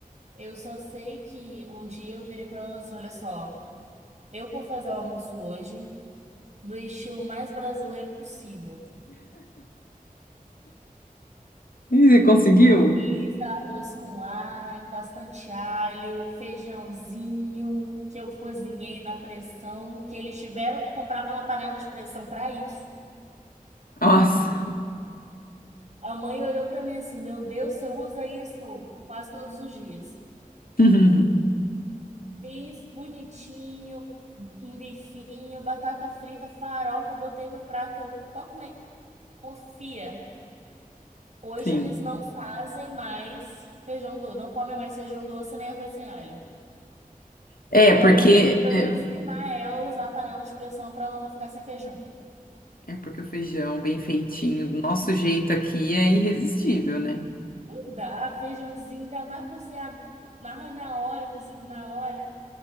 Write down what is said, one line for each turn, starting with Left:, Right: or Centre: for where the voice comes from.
Right: eu só sei que um dia eu virei pra ela assim: olha só, eu vou fazer o almoço hoje. no estilo mais brasileiro possível.
Left: Ih, Você conseguiu?
Right: Fiz arroz com alho, bastante alho, feijãozinho que eu cozinhei na pressão, que eles tiveram que comprar uma panela de pressão para isso.
Left: Nossa.
Right: A mãe olhou para mim assim: Meu Deus, você usa isso quase todos os dias.
Left: <laughs>
Right: Fiz bonitinho, um bifinho, batata frita, farofa, botei no prato. Eu, pode comer. Confia. Hoje
Left: Sim.
Right: eles não fazem mais feijão doce, não comem mais feijão doce nem arroz sem alho.
Left: É,
Right: Ela
Left: porque
Right: me pediu pra
Left: é,
Right: eu ensinar ela a usar a panela de pressão para ela não ficar sem feijão.
Left: é porque o feijão bem feitinho, do nosso jeito aqui, é irresistível, né?
Right: Não dá, feijãozinho, dá mais cozinhado na, na hora, cozido na hora.